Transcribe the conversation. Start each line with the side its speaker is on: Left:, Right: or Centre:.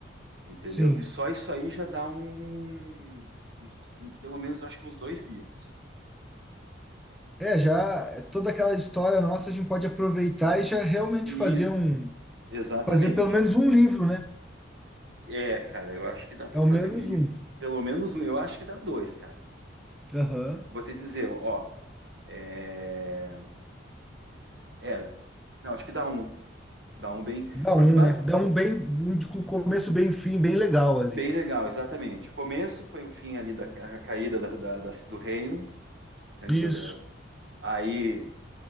Right: entendeu?
Centre: Sim.
Right: Que só isso aí já dá um, uns- pelo menos acho que uns dois livros.
Centre: É, já é toda aquela história nossa a gente pode aproveitar e já realmente
Right: Isso.
Centre: fazer um,
Right: Exatamente.
Centre: fazer pelo menos um livro, né?
Right: É, cara, eu acho que dá para
Centre: É o
Right: fazer
Centre: menos
Right: um livro.
Centre: um.
Right: Pelo menos um, eu acho que dá dois, cara.
Centre: Aham.
Right: Vou te dizer, ó, é, é, não, acho que dá um, dá um bem,
Centre: Dá
Right: porque
Centre: um,
Right: basi-
Centre: né? Dá um bem, um de- com um começo, bem, fim, bem legal ali.
Right: bem legal, exatamente. Começo foi o fim ali da ca- a caída da, da- da- do reino, ali
Centre: Isso.
Right: da, da- aí